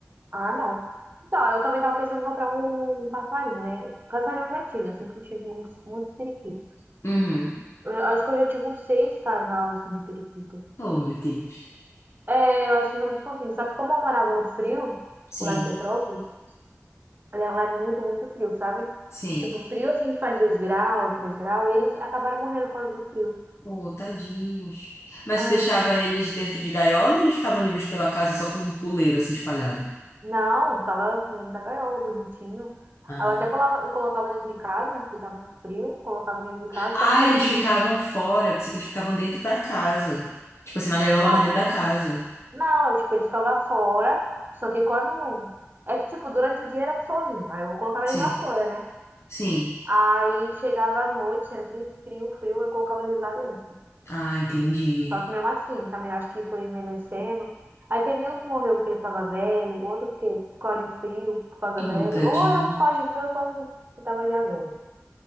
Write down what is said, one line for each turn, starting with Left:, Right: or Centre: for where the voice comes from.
Right: Ah, não. Então, eu também tava pensando em comprar um, um passarinho, né? Passarinho eu já tive, eu sempre tive muitos, muitos periquitos.
Left: Uhum.
Right: Eu acho que eu já tive uns seis casal, assim, de periquitos.
Left: Oh, meu Deus.
Right: É, eu acho que não é muito fofinho. Só que como eu morava no frio,
Left: Sim.
Right: lá em Petrópolis, né, lá é muito, muito frio, sabe?
Left: Sim.
Right: Tipo, frio assim que faz 2 graus, 3 graus, e eles acabaram morrendo por causa do frio.
Left: Oh, tadinhos. Mas
Right: Ah,
Left: tu deixava
Right: morrendo.
Left: eles dentro de gaiola ou eles ficavam livres pela casa só com um puleiro assim espalhado?
Right: Não, ficava dentro da gaiola, bonitinho.
Left: Ah.
Right: Eu até colava- eu colocava dentro de casa, né? Porque tava muito frio, colocava dentro de casa,
Left: Ah,
Right: só que também.
Left: eles ficavam fora. Eu pensei que eles ficavam dentro da casa. Tipo assim, na gaiola,
Right: Não,
Left: mas dentro da casa.
Right: não, tipo, eles ficavam fora, só que quando. É que, tipo, durante o dia era sozinho. Aí eu colocava
Left: Sim.
Right: eles lá fora, né?
Left: Sim.
Right: Aí chegava à noite, era frio, frio, frio, eu colocava eles lá dentro.
Left: Ah, entendi.
Right: Só que mesmo assim, também acho que foi envelhecendo. Aí teve um que morreu porque ele estava velho, outro porque por causa de frio, por causa
Left: Oh,
Right: velho.
Left: tadinho.
Right: Ou era um por causa de frio, por causa que estava já velho.